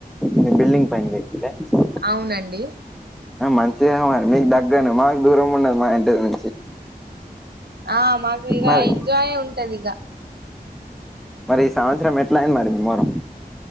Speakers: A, in the centre; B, on the right.
A: మీ బిల్డింగ్ పైన వేట్ల
B: అవునండి
A: మంచిగా మరి మీకు తగ్గను మాకు దూరం ఉండది మా ఇంటి నుంచి
B: ఆ మాకు ఇగ
A: మరి
B: ఎంజాయే ఉంటది ఇగ
A: మరి ఈ సంవత్సరం ఎట్లా అయింది మరి మమ్మర